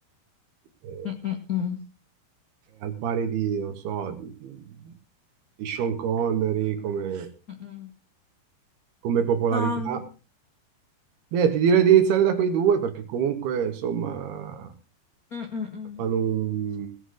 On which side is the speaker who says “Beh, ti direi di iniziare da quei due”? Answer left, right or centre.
Right